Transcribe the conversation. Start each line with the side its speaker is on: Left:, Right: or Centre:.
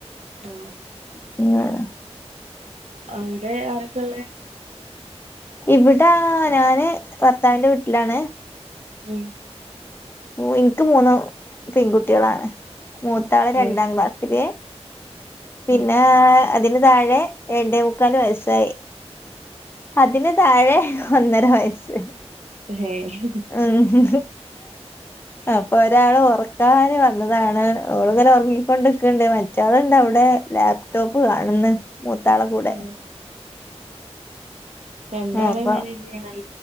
Right: ആ
Left: <unintelligible>
Right: അവിടെ ആരൊക്കെ ഉള്ളേ
Left: ഇവിടെ ഞാന് ഭർത്താവിന്റെ വീട്ടിലാണ്
Right: ഉം
Left: ഇനിക്ക് മൂന്ന് പെൺകുട്ടികളാണ് മൂത്താള് രണ്ടാം
Right: ഏഹ്
Left: ക്ലാസ്സില് പിന്നെ
Right: ആഹ്
Left: അതിന് താഴെ രണ്ടേ മുക്കാല് വയസായി അതിന് താഴെ ഒന്നര വയസ്സ്.
Right: ഏഹ്
Left: മ്മ്
Right: <inaudible>
Left: അപ്പൊ ഒരാള് ഉറക്കാന് വന്നതാണ് ഓളിങ്ങനെ ഉറങ്ങിക്കൊണ്ടിക്കണ്ടേ മാറ്റാളിണ്ടാവും ഇവ് ടെ ലാപ്ടോപ്പ് കാണുന്ന മൂത്താളെ കൂടെ
Right: ഏഹ് രണ്ടാളെ
Left: ആ അപ്പൊ
Right: മെനേജ യ്യണോല്ലോ